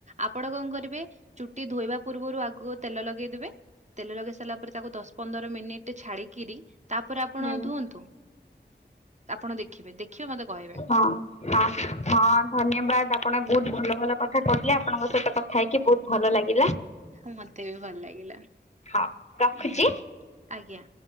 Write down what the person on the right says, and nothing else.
ଆପଣ କଣ କରିବେ ଚୁଟି ଧୋଇବା ପୂର୍ବରୁ ଆଗକୁ ତେଲ ଲଗେଇଦେବେ ତେଲ ଲଗେଇ ସାରିଲା ପରେ ତାକୁ ଦଶ ପନ୍ଦର ମିନିଟ ଛାଡିକିରି ତାପରେ ଆପଣ
ଧୁଅନ୍ତୁ ଆପଣ ଦେଖିବେ ଦେଖିବ ମତେ କହିବେ।
ହୁ ମତେ ବି ଭଲ ଲାଗିଲା
ହୋ ଆଜ୍ଞା